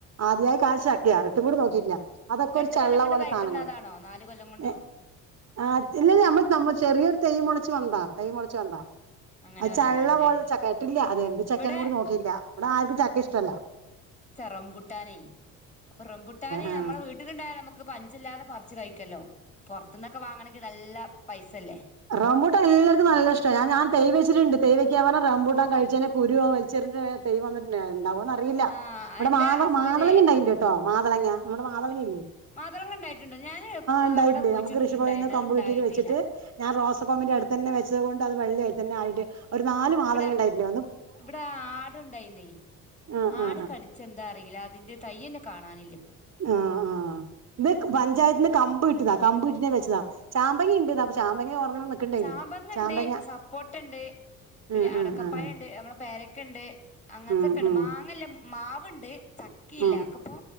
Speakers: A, on the right; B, on the left.
A: ആദ്യായി കായ്ച്ച ചക്കയാണ് ഇട്ടും കൂടി നോക്കിയില്ല അതൊക്കെ
B: രണ്ട്
A: ഒരു ചെള്ള
B: കൊല്ലം കൊണ്ട്
A: പോലെ
B: കായ്ക്കുന്ന
A: സാധനങ്ങള്
B: അതാണോ നാല് കൊല്ലം കൊണ്ടോ
A: ഏ ആ ഇല്ല ഇല്ല നമ്മ നമ്മ ചെറിയൊരു തൈ മുളച്ച് വന്നതാ തൈ മുളച്ചു വന്നതാ
B: അങ്ങനെ
A: അത്
B: വന്നതാണ്ല്ലേ
A: ചള്ള പോലെ ചക്ക ഇട്ടില്ല അതെന്ത് ചക്കയും
B: ഇവിടെ
A: കൂടി നോക്കിയില്ല ഇവിടെ ആർക്കും ചക്ക ഇഷ്ടവല്ല
B: റംബൂട്ടാനെ അപ്പൊ റംബൂട്ടാനെനമ്മളെ
A: ആ
B: വീട്ടിലുണ്ടായ നമുക്ക് നമക്ക് പഞ്ചല്ലാതെ പറച്ച് കഴിക്കാല്ലോ പൊറത്തൂന്നൊക്കെ വാങ്ങണമെങ്കി നല്ല പൈസല്ലേ
A: റമ്പൂട്ടാൻ എല്ലാവർക്കും നല്ലിഷ്ടാണ് ഞ ഞാൻ തൈ വെച്ചിട്ടുണ്ട് തൈ വെക്കാൻ പറ റമ്പൂട്ടാൻ കഴിച്ചേന്റെ കുരു വലിച്ചെറി തൈ വന്നിട്ടുണ്ടാരുന്നു ഉണ്ടാവോന്ന് അറിയില്ല
B: ആഹ്
A: ഇവിടെ
B: എന്റെ
A: മാത
B: ഹസ്ബൻഡ്
A: മാതളങ്ങ ഉണ്ടായിട്ടുണ്ട്ട്ടോ മാതളങ്ങ നമ്മുടെ മാതളങ്ങയില്ലേ
B: മാതളം ഉണ്ടായിട്ടുണ്ടോ ഞാന്
A: ഉണ്ടായിട്ടുണ്ട്
B: ഇവിടെ കുഴിച്ചിട്ടിട്ടുണ്ടായിരുന്നു
A: നമുക്ക് ഋഷിഭവനിൽ നിന്ന് കമ്പ്
B: അത് ഉണ്ടായിട്ടില്ല
A: കിട്ടിയിട്ട് വെച്ചിട്ട് ഞാൻ റോസകമ്പിന്റെ അടുത്തുതന്നെ വെച്ചത് കൊണ്ട് അത് വെളളയായി തന്നെ ആയിട്ട് ഒരു നാല് മാതളങ്ങ
B: ഇവിടെ
A: ഉണ്ടായിട്ട്ണ്ട്
B: ഇവിടെ ആടുണ്ടായിന്നീ
A: ആ
B: ആട്
A: ആ
B: കടിച്ചാ എന്താ അറിയില്ല അതിന്റെ തൈയന്നെ കാണാനില്ല ഇപ്പം
A: ആഹ് ആഹ് ഇത് പഞ്ചായത്തിന്റെ കമ്പ് കിട്ടീതാ കമ്പ് കിട്ടീട്ട് ഞാൻ വെച്ചതാ ചാമ്പങ്ങ ഉണ്ട് അപ്പൊ ചാമ്പങ്ങ ഒരെണ്ണം നിക്കണ്ടായില്ലേ
B: ചാമ്പങ്ങ
A: ചാമ്പങ്ങ
B: ഇണ്ട് സപ്പോട്ടുണ്ട് പിന്നെ
A: ഉം
B: അടക്കപ്പായുണ്ട്
A: ഉം ഉം
B: നമ്മളെ പേരക്ക ഉണ്ട് അങ്ങനത്തൊക്കെ
A: ഉം
B: ഉണ്ട്
A: ഉം
B: മാങ്ങയില്ല മാവുണ്ട് ചക്കയില്ല
A: ഉം
B: അക്കപ്പോ